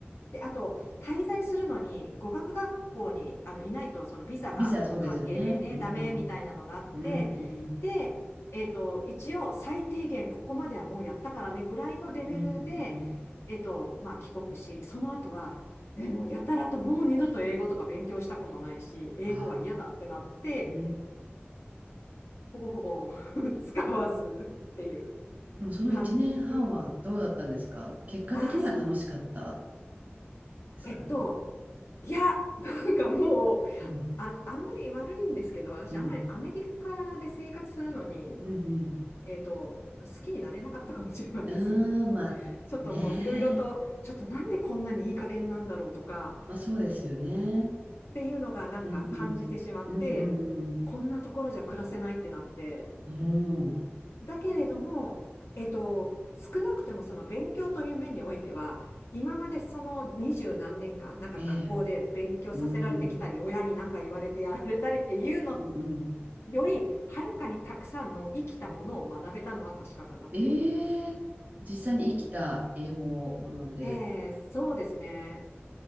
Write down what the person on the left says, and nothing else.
て、あと、滞在するのに語学学校にあのいないと、そのビザがの関係でね、
ダメみたいなのがあって、
で、えっと、一応、最低限ここまではもうやったからねぐらいのレベルで、
えっと、まあ、帰国し、その後はえ、もうやたらともう二度と英語とか勉強したくもないし、英語は嫌だってなって、
ほぼほぼ <laughs> 使わずっていう
感じで、ああ、そう、
えっと、いや、<laughs> なんかもう、
あ、あんまり悪いんですけど、私、
あんまりアメリカで生活するのに、
えっと、好きになれなかったかもしれないです。
<laughs>
ちょっともういろいろと、ちょっとなんでこんなにいい加減なんだろうとか、
っていうのがなんか感じてしまって、
こんなところじゃ暮らせないってなって、
だけれども、えっと、少なくてもその勉強という面においては、今までその二十何年間、なんか学校で勉強させられてきたり、
親に何か言われてやられたりっていうの
より、はるかにたくさんの生きたものを学べたのは確かかなって思います。
えー、そうですね。